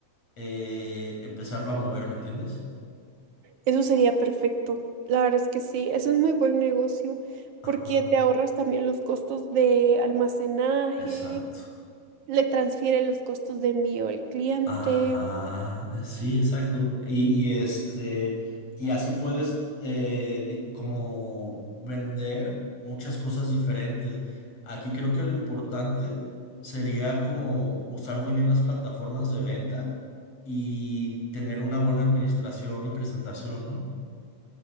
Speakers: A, on the left; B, on the right.
A: eh, empezarlo a mover, ¿me entiendes?
B: Eso sería perfecto. La verdad es que sí, eso es muy buen negocio
A: Ajá,
B: porque te ahorras también los costos de almacenaje,
A: exacto.
B: le transfiere los costos de envío al cliente.
A: Ajá, eh, sí, exacto. Y, y este, y así puedes eh, di- como vender muchas cosas diferentes. Aquí creo que lo importante sería como usar muy bien las plataformas de venta y tener una buena administración y presentación, ¿no?